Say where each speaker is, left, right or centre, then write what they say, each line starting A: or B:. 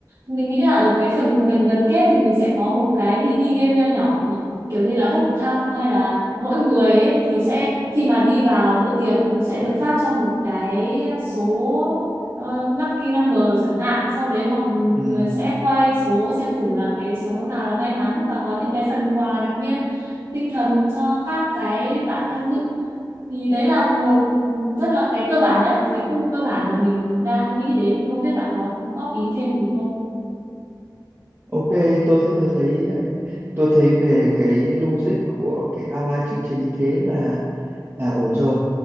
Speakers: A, on the right; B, on the right.
A: mình nghĩ là ở cái phần gần gần kết thì mình sẽ có một cái mini game nho nhỏ này kiểu như là bốc thăm hay là mỗi người ấy thì sẽ khi mà đi vào bữa tiệc nó sẽ được phát cho một cái số ờ, lucky number chẳng hạn sau đấy mọi người
B: ừ
A: sẽ quay số xem thử là cái số nào là may mắn và có những cái phần quà động viên tinh thần cho các cái bạn tham dự thì đấy là một ừ, rất là cái cơ bản nhất cái khung cơ bản mà mình đang nghĩ đến thì không biết bạn có góp ý thêm gì không
B: ok tôi thấy tôi thấy à, tôi thấy về cái logic của cái outline chương trình như thế là là ổn rồi